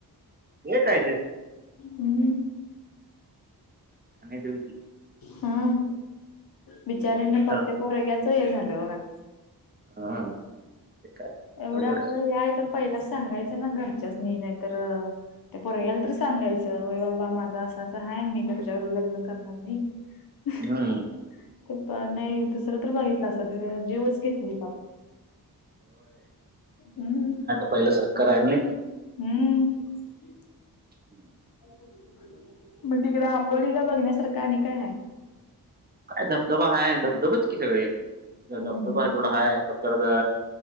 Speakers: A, on the right (about 25°); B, on the left (about 65°).
A: एक कायदा <inaudible> <unintelligible>
B: हम्म
A: अने ते वि <inaudible>
B: हम् बिचारीन
A: खरं.
B: पाप ते पोरग्याच हे झालं बघा.
A: हा ते काय
B: एवढं
A: अवघड
B: आपलं हे आहे तर पहिलाच सांगायचं ना घरच्याचसणी नायतरं. त्या पोरग्याला तर सांगायचं होय बाबा माझं असं असं हाय मी काय तुझ्या बरोबर लग्न करणार नाही. ह् <unintelligible>
A: हम्म.
B: ते पण नाही दुसरं तर बघितलं असत तेचं जीवचं घेतली पाप. हम्म.
A: पहिल्या सारखं काय राहीलं नाही.
B: हम्म.
A: <unintelligible>
B: मग तिकडं आंबोलीला बघण्यासारखं आणि काय आहे?
A: काय धबधबा हाय, धबधबच की सगळे. धबधबा
B: धबधबे
A: थोडा हाय परत परत